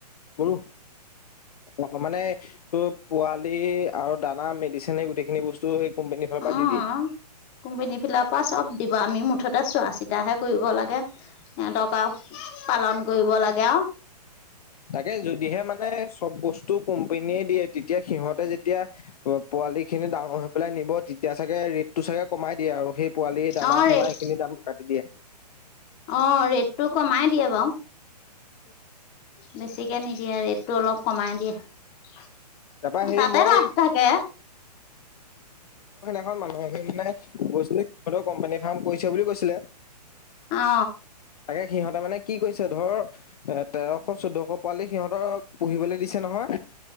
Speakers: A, on the left; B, on the left.
A: গৰু অ', মানে এইটো পোৱালি আৰু দানা মেডিচেনে গোটেইখিনি বস্তু সেই কোম্পানীৰ ফালৰ পৰা
B: অ',
A: দি দিয়ে।
B: অ', কোম্পানী ফিল' পৰা চব দিব, আমি মুঠতে চোৱা চিতাহে কৰিব লাগে, সিহঁতক আও পালন কৰিব লাগে আও
A: তাকে যদিহে মানে চব বস্তু কোম্পনীয়ে দিয়ে, তেতিয়া সিহঁতে যেত তিয়া পোৱালি খিনি ডাঙৰ হৈ পেলাই নিব তেতিয়া চাগে ৰেটটো চাগে কমাই দিয়ে আৰু সেই পোৱালি দানা
B: অ
A: চানা
B: ৰেট
A: এইখিনি দামত কাটি দিয়ে।
B: অ ৰেটটো কমাই দিয়ে বাও।
A: <inaudible>
B: বেছিকে নিদিয়ে ৰেটটো অলপ কমাই দিয়ে।
A: তাৰপা সেই
B: তাতে
A: মই
B: লাভ থাকে।
A: খন মানুহে এগৰাকী মানে গৈছিলে সিহঁতৰ কোম্পানী ফাৰ্ম কৰিছে বুলি কৈছিলে।
B: অ
A: তাকে সিহঁতে মানে কি কৈছে ধৰ এ, তেৰশ চৈধ্যশ পোৱালি সিহঁত পুহিবলৈ দিছে নহয়।